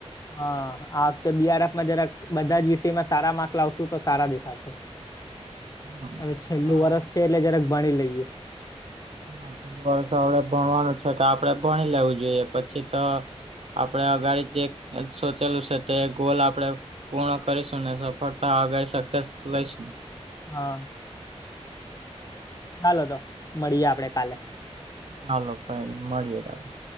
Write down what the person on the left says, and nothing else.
હા, આ વખતે બીઆરેફમાં જરાક બધા જ વિષયમાં સારા માર્ક લાવશું તો, સારા દેખાશે.
હવે છેલ્લું
વર્ષ છે, એટલે જરાક ભણી લઈએ.
હા. ચાલો તો મળીએ, આપડે કાલે.